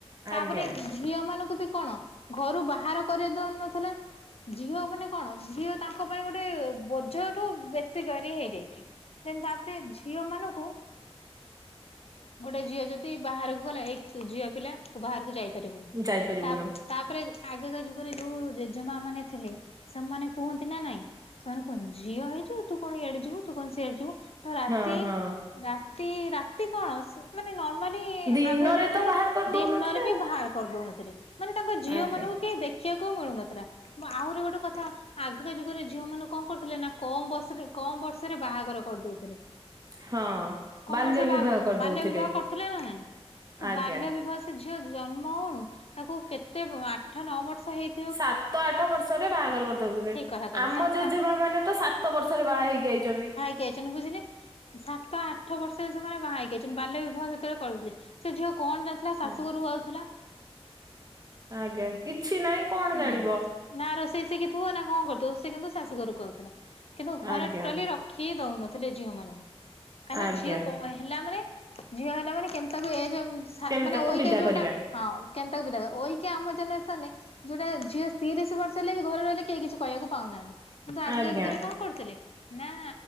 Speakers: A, on the left; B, on the right.
A: ତାପରେ
B: ଆଜ୍ଞା।
A: ଝିଅ ମାନଙ୍କୁ ବି କଣ ଘରୁ ବାହାର କରେଇ ଦଉନଥିଲେ ଝିଅ ମାନେ କଣ ଝିଅ ତାଙ୍କ ପାଇଁ ଗୋଟେ ବୋଝଠୁ ବେଶ୍ ସେ ଜରି ହେଇଯାଇଚି। ଦେନ ତାପରେ ଝିଅ ମାନଙ୍କୁ ଗୋଟେ ଝିଅ ଯଦି ବାହାରକୁ ଗଲା ଏଇ ତୁ ଝିଅ ପିଲା ତୁ ବାହାରକୁ ଯାଇପାରିବୁନି।
B: ଯାଇପାରିବୁନୁ
A: ତା ତାପରେ ଆଗକା ଯୁଗରେ ଯୋଉ ଜେଜେମା ମାନେ ଥିଲେ ସେମାନେ କୁହନ୍ତି ନା ନାଇଁ ସେମାନେ କୁହନ୍ତି ଝିଅ ହେଇଚୁ ତୁ କଣ ୟାଡେ ଯିବୁ ତୁ କଣ ସିଆଡେ ଯିବୁ ତୁ ରାତି
B: ହଁ ହଁ
A: ରାତି ରାତି କଣ ସ୍ ମାନେ ନର୍ମ ମାନେ
B: ଦିନରେ
A: ଆଗକା ଡେଟ୍
B: ତ
A: ରେ
B: ବାହାର କରିଦଉନଥିଲେ
A: ଦିନରେ ବି
B: ଆଉ।
A: ବାହାର କରିଦଉନଥିଲେ ମାନେ ତାଙ୍କ ଝିଅ
B: ଆଜ୍ଞା।
A: ମାନଙ୍କୁ କେହି ଦେଖିଆକୁ ମିଳୁନଥିଲା। ମୁଁ ଆହୁରି ଗୋଟେ କଥା ଆଗକା ଯୁଗରେ ଝିଅ ମାନଙ୍କୁ କଁ କରୁଥିଲେ ନା କମ ବର୍ଷରେ କମ ବର୍ଷରେ ବାହାଘର କରିଦଉଥିଲେ।
B: ହଁ
A: କମ
B: ବାଲ୍ୟ
A: ବର୍ଷରେ
B: ବିବାହ
A: ବା
B: କରିଦଉଥିଲେ।
A: ବାଲ୍ୟ ବିବାହ କରୁଥିଲେ ନା ନାଇଁ ତ
B: ଆଜ୍ଞା।
A: ବାଲ୍ୟ ବିବାହ ସ୍ ସେ ଝିଅ ଜନ୍ମ ହଉଣୁ ତାକୁ କେତେ ଆଠ ନଅ ବର୍ଷ ହେଇ
B: ସାତ ଆଠ ବର୍ଷରେ ବାହାଘର କରିଦଉଥିଲେ।
A: ଠିକ କଥା କହିଲେ
B: ଆମ
A: ସାତ
B: ଜେଜେମା ମାନେ ତ ସାତ ବର୍ଷରେ ବାହା ହେଇକି ଆଇଚନ୍ତି।
A: କି ଆଇଚନ୍ତୀ ବୁଝିଲେ। ସାତ ଆଠ ବର୍ଷରେ ସେମାନେ ବାହା ହେଇକି ଆଇଚନ୍ତୀ ବାଲ୍ୟ ବିବାହ ସେତେବେଳେ କରୁଥିଲେ ସେ ଝିଅ କଣ ଯାଣିଥିଲା ଶାଶୁ
B: ଆଜ୍ଞା
A: ଘରକୁ ଆଉଥିଲା।
B: ଆଜ୍ଞା କିଛି ନାଇଁ କଣ
A: ହୁଁ
B: ଜାଣିବ।
A: ନା ରୋଷେଇ ଶିଖିଥିବ ନା କଣ କରୁଥିବ ସେ କିନ୍ତୁ ଶାଶୁ ଘରୁକୁ ଆଉଥିଲା କିନ୍ତୁ ଘରେ
B: ଆଜ୍ଞା
A: ଟୋଟାଲି ରଖ୍ ଖି ହିଁ ଦଉନଥିଲେ ଝିଅ ମାନଙ୍କୁ କାହିଁକି ନା
B: ଆଜ୍ଞା।
A: ଝିଅ କହେ ହେଲା ମାନେ ଝିଅ ହେଲା ମାନେ କେମିତି ତାକୁ ଏଜ୍ ଅଁ ସା
B: କେମିତି
A: ମାନେ
B: ତାକୁ
A: ଅଇକା
B: ବିଦା
A: ଯୋଉଟା
B: କରିବା
A: ହଁ କେନ୍ତାକୁ ବିଦା କରିବୁ। ଅଇକା ଆମ ଜେନେରେସନ ରେ ଯୋଉଟା ଝିଅ ତିରିଶି ବର୍ଷ ହେଲେ ବି ଘରେ ରହିଲେ କେହି କିଛି କହିଆକୁ ପାଉନାହାନ୍ତି। କିନ୍ତୁ ଆଗକା
B: ଆଜ୍ଞା
A: ଯୁଗରେ କଣ କରୁଥିଲେ ନାଁ